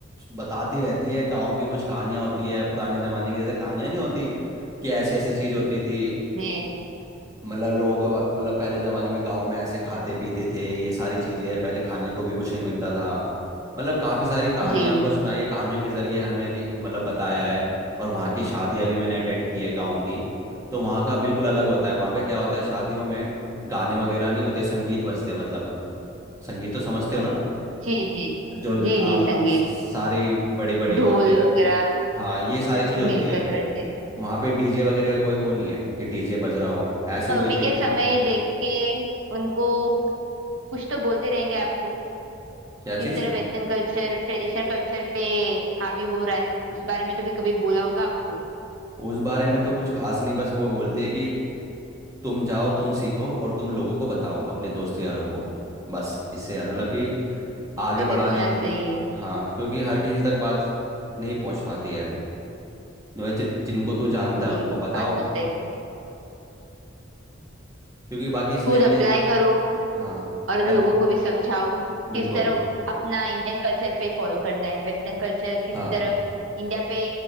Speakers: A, on the right (about 15°); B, on the right (about 80°).
A: बताती रहती है गांव की कुछ कहानियां होती है पुराने जमाने की जैसे कहानियां नहीं होती कि ऐसी ऐसी चीज होती थी
B: जी
A: मतलब लोग व- मतलब पहले जमाने में गांव में ऐसे खाते पीते थे ये सारी चीजें हैं पहले खाने को भी कुछ नहीं मिलता था मतलब काफी सारी कहानियां
B: जी
A: हमको सुनाई है कहानियों के जरिए हमें रि- मतलब बताया है और वहाँ की शादियां भी मैंने अटेंड की है गाँव की तो वहाँ का बिल्कुल अलग होता है वहाँ पे क्या होता है शादियों में गाने वगैरह नहीं होते संगीत बजते हैं, मतलब संगीत तो समझते हो ना
B: जी जी
A: जो ल-
B: जी
A: आप
B: जी संगीत
A: स- सारी बड़ी बड़ी औरतें
B: ढोल वगैरह
A: हाँ ये सारी चीजें होती
B: मिलकर
A: है
B: करते हैं
A: वहाँ पे डीजे वगैरह का कोई वो नहीं है कि डीजे बज रहा हो ऐसी
B: तो अभी
A: कोई चीज
B: के
A: नहीं
B: समय
A: है
B: देख के उनको कुछ तो बोलते रहेंगे आपको
A: क्या
B: किस
A: चीज
B: तरह वेस्टर्न कल्चर ट्रेडिशनल कल्चर पे हावी हो रहा है उस बारे में तो भी कभी बोला होगा आपको
A: उस बारे में तो कुछ खास नहीं बस वो बोलती है कि तुम जाओ तुम सीखो और तुम लोगों को बताओ अपने दोस्तों यारों को बस इससे ज़्यादा मतलब कि आगे
B: उनका
A: बढ़ाने
B: भी बोलना
A: के
B: सही है
A: हाँ क्योंकि हर किसी तक बात नहीं पहुंच पाती है जो जि, जिनको तू जानता
B: जी
A: है उनको बताओ
B: बात तो सही
A: क्योंकि बाकी इसलिए
B: खुद
A: मैंने
B: अप्लाई करो
A: हाँ
B: और
A: अब
B: लोगों को भी समझाओ किस
A: बिल्कुल
B: तरह अपना इंडियन कल्चर पे फॉलो करना है वेस्टर्न कल्चर किस
A: हाँ
B: तरह इंडिया पे